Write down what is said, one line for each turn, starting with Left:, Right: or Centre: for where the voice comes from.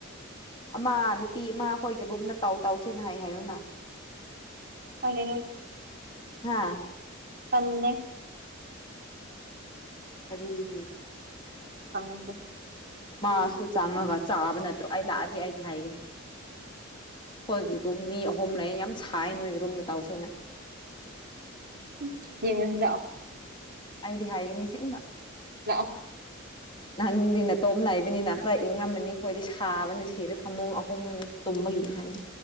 Left: ꯑꯃ ꯅꯨꯄꯤ ꯑꯃ ꯑꯩꯈꯣꯏꯒꯤ ꯔꯨꯝꯗ ꯇꯥꯎ ꯇꯥꯎꯁꯦꯅ ꯍꯥꯏ ꯍꯥꯏꯌꯨꯅ
Right: <unintelligible>
Left: ꯍꯥꯥ
Right: ꯇꯟꯂꯦ
Left: ꯀꯔꯤꯒꯤ
Right: ꯈꯪꯗꯦ
Left: ꯃꯥꯁꯨ ꯆꯪꯉꯒ ꯆꯥꯕ ꯅꯠꯇ꯭ꯔꯣ ꯑꯩ ꯂꯥꯛꯑꯗꯤ ꯑꯩꯗꯤ ꯍꯥꯏꯒꯅꯤ ꯍꯣꯏꯒꯤ ꯔꯨꯝ ꯃꯤ ꯑꯍꯨꯝ ꯂꯩ ꯌꯥꯝ ꯁꯥꯏ ꯅꯣꯏꯒꯤ ꯔꯨꯝꯗ ꯇꯧꯁꯦꯅ
Right: <unintelligible>
Left: ꯑꯩꯗꯤ ꯍꯥꯏꯒꯅꯤ ꯑꯁꯦꯡꯕ
Right: ꯂꯥꯛꯑꯣ
Left: ꯅꯪꯗꯤ ꯅꯇꯣꯝ ꯂꯩꯏꯕꯅꯤꯅ ꯈꯔ ꯏꯪꯉꯝꯃꯅꯤ ꯑꯩꯈꯣꯏꯗꯤ ꯁꯥꯕꯅ ꯁꯤꯔꯦ ꯐꯃꯨꯡ ꯑꯍꯨꯝ ꯇꯨꯝꯕꯒꯤ ꯍꯥꯏꯦ